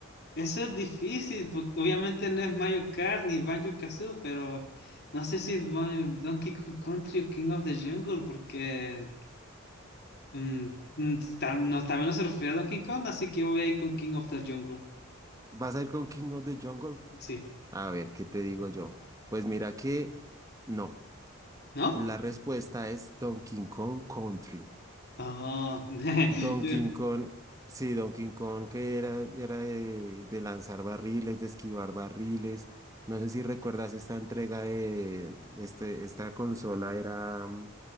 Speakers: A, on the left; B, on the right.
A: eso es difícil, porque obviamente no es Mario Kart ni Banjo-Kazooie, pero no sé si es Mon- Donkey Kong Country o King of the Jungle, porque mm, mm, tal- no, también no se refiere a Donkey Kong, así que voy a ir con King of the Jungle.
B: ¿Vas a ir con King of the Jungle?
A: Sí,
B: A ver, ¿qué te digo yo? Pues mira que no.
A: ¿no?
B: La respuesta es Donkey Kong Country.
A: Oh, <laughs>
B: Donkey
A: yo-
B: Kong, sí, Donkey Kong que era, era de, de lanzar barriles, de esquivar barriles. No sé si recuerdas esta entrega de este, esta consola era mm,